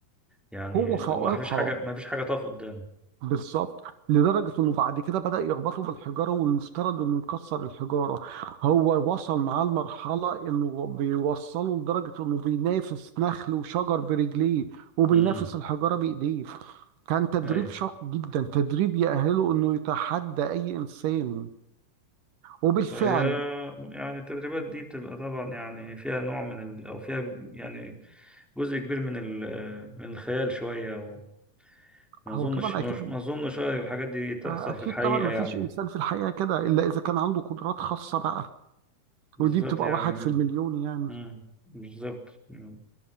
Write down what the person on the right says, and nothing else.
قوة فائقة
بالظبط لدرجة انه بعد كده بدأ يربطه بالحجارة والمفترض انه يكسر الحجارة هو وصل معاه لمرحلة انه بيوصله لدرجة انه بينافس نخل وشجر برجليه وبينافس
الحجارة بايديه كان تدريب
شاق جدا تدريب يأهله انه يتحدى اي انسان وبالفعل
هو طبعا
اكيد
اكيد
طبعا ما
فيش انسان في الحقيقة كده الا اذا كان عنده قدرات خاصة بقى
ودي بتبقى
واحد
في المليون يعني